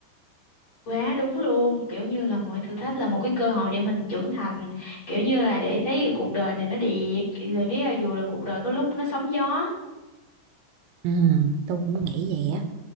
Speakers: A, on the left; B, on the right.
A: Quá đúng luôn, kiểu như là mọi thử thách là một cái cơ hội để mình trưởng thành, kiểu như là để thấy cái cuộc đời này nó đẹp, rồi biết là dù là cuộc đời có lúc nó sóng gió
B: ừ tôi cũng nghĩ vậy á